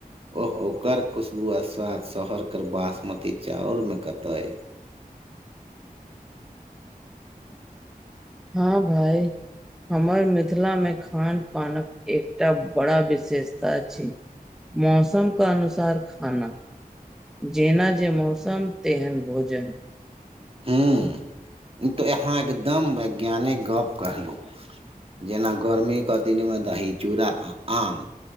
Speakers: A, on the right (about 35°); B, in the centre.
A: ओहो ओकर खुशबु आ स्वाद शहरके बासमती चाउर मे कतय अइ।
B: हँ भइ। हमर मिथिलामे खान पानक एकटा बड़ा विशेषता अछि। मौसमक अनुसार खाना। जेनाजे मौसम तेहन भोजन।
A: हू ई त अहाँ एकदम वैज्ञानिक गप कहलहुँ। जेना गर्मीके दिनमे दही चूड़ा आ आम।